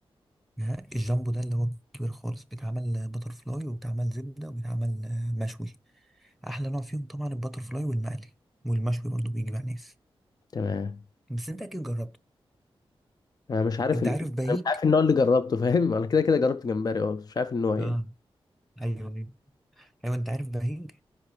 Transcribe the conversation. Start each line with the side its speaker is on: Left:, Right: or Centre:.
Centre: ها، الجامبو ده اللي هو كبير خالص بيتعمل باتر فلاي وبيتعمل زبدة وبيتعمل آه، مشوي احلى نوع فيهم طبعا الباتر فلاي والمقلي والمشوي برضه بيجي مع ناس
Left: تمام
Centre: بس انت اكيد جربته
Left: انا مش عارف
Centre: انت
Left: ال...
Centre: عارف بهيج
Left: انا مش عارف النوع اللي جربته فاهم انا كده كده جربت جمبري اه بس مش عارف النوع يعني
Centre: اه ايوه ايوه ايوه انت عارف بهيج